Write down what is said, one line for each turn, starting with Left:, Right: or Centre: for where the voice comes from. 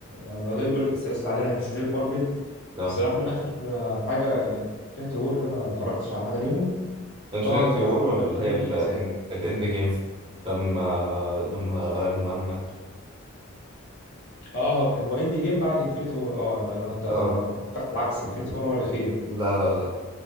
Left: انا ده اللي بيقول لك السلاسل عليها يعني سلسله مارفل
Right: لا
Left: الصراحه من اخر حاجه انفينيتي وور ده ما اتفرجتش على حاجه ليهم
Right: انفينيتي
Left: طبعا
Right: وور
Left: افلام
Right: ولا
Left: باتمان
Right: اللي هي الاند
Left: محفظه
Right: الاند جيم لما لما ايرون مان مات
Left: اه هو اندي جيم بعد انفينيتي وور اه يعني انا كنت
Right: اه
Left: أنا فكرت العكس انفينيتي وور هو الاخير
Right: لا لا لا